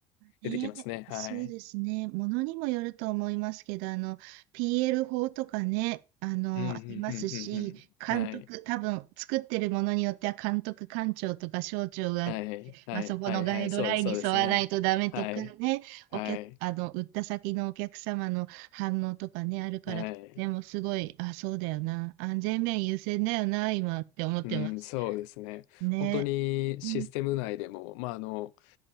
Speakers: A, on the right; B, on the left.
A: あ、
B: 出てきますね。
A: ね、そうですね。
B: はい。
A: ものにもよると思いますけど、あの、PL 法とかね、あの、
B: うん、うんうんうんうん。
A: ありますし、監督、
B: はい。
A: 多分、作ってるものによっては、監督官庁とか省庁があって、
B: はいはいはいはいはい、
A: まあ、そこのガイドラインに沿わないとダメとかね、
B: そうですそうですね。はい。はい。
A: お客、あの、売った先のお客様の反応とかね、あるから、
B: はい。
A: でも、すごい、あ、そうだよな。安全面優先だよな、今って思ってます。
B: うん、そうですね。
A: ね。
B: 本当にシステム内でも、
A: うん、
B: まあ、あの、